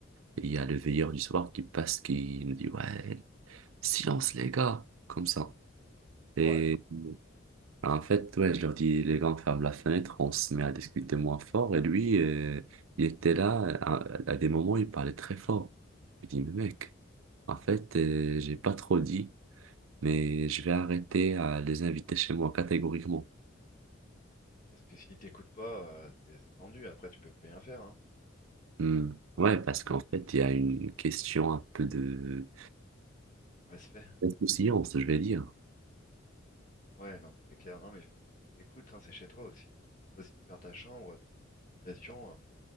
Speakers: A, on the right; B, on the left.
A: Et il y a le veilleur du soir qui passe, qui nous dit, ouais, silence les gars, comme ça. Et
B: Ouais,
A: En fait, ouais, je leur dis, les gars, on ferme la fenêtre, on se met à discuter moins fort. Et lui, euh, il était là, à, à des moments, il parlait très fort. Je dis, mais mec, en fait, euh, j'ai pas trop dit, mais je vais arrêter à les inviter chez moi catégoriquement.
B: parce que s'il t'écoute pas, euh, c'est c'est tendu. Après, tu peux plus rien faire. Hein.
A: Hmm. Ouais, parce
B: Mais,
A: qu'en fait, il y a une question un peu de
B: respect.
A: d'insouciance, je vais dire.
B: Ouais, non, mais c'est clair. Non, mais il faut, faut qu'il t'écoute. hein, C'est chez toi aussi. hein. Toi, si tu perds ta chambre, t'es dans une situation, euh,